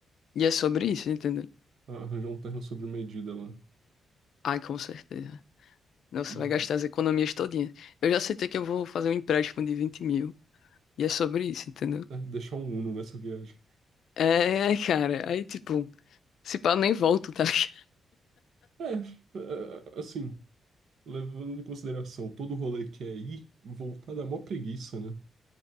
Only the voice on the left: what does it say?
E é sobre isso, entendeu?
Ai, com certeza. Nossa,
vai gastar as economias todinhas. Eu já aceitei que eu vou fazer um empréstimo de 20 mil. E é sobre isso, entendeu?
É, <laughs> cara. Aí, tipo, se pá, eu nem volto, tá? ligado? <laughs>